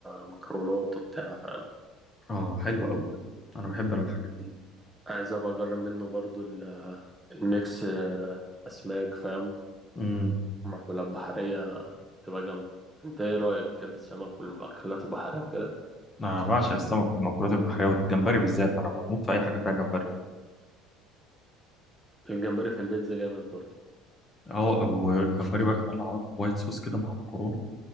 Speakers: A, in the centre; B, on the left.
A: مكرونات وبتاع فاهم
B: اه حلو قوي ده انا بحب انا الحاجات دي
A: عايز ابقى اجرب منه برضو ال- الميكس اسماك فاهم
B: امم
A: مأكولات بحرية تبقى جامدة انت ايه رأيك بتحب السمك والمأكولات البحرية وكده
B: انا بعشق السمك والمأكولات البحريه والجمبري بالذات انا بموت في اي حاجه فيها جمبري
A: الجمبري في البيتزا جامد برضه
B: اه والجمبري بقى كمان لو عملت وايت صوص كده مع مكرونه